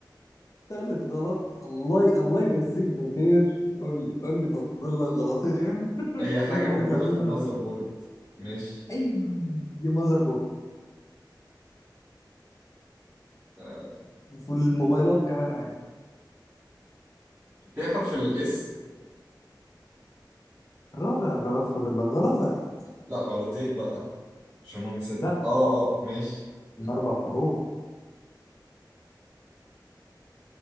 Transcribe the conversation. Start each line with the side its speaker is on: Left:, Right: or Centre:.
Left: تالت غلط الله ي... الله يمسيك بالخير قول لي قول لي فاضل لك غلطين <laughs>
Right: هي حاجة
Left: قول لي
Right: موجودة
Left: شكلك فوز
Right: في المذر
Left: انا ولا-
Right: بورد ماشي
Left: اي مذر بورد
Right: آه،
Left: وفي الموبايلات كمان عادي
Right: في حرف الاس
Left: الرابع غلط فاضل لك غلط واحد
Right: لا غلطين بقى عشان هما من ست
Left: لا
Right: اه اه ماشي
Left: من أربع حروف